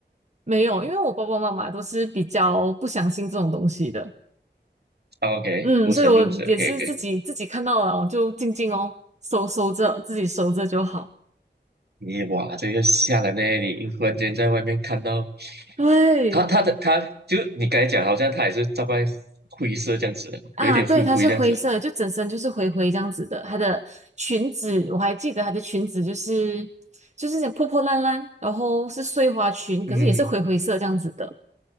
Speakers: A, on the right (about 40°); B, on the right (about 60°).
A: 没有，因为我爸爸妈妈都是比较不相信这种东西的，
B: ？OK，
A: 嗯，
B: 无神论者，OK，
A: 所以我也是自己自己看到了就静静哦，收收着，自己收着就好。
B: 你哇，这个吓人呢！你一忽然间在外面看到
A: 对
B: 他，他的他，就你刚才讲，好像他也是大概灰色这样子的，
A: 啊，
B: 有一点灰灰这样子。
A: 对，它是灰色的就整身就是灰灰这样子的。它的裙子我还记得，它的裙子就是就是破破烂烂，然后是碎花裙，可是也是灰灰色这样子的。
B: 嗯，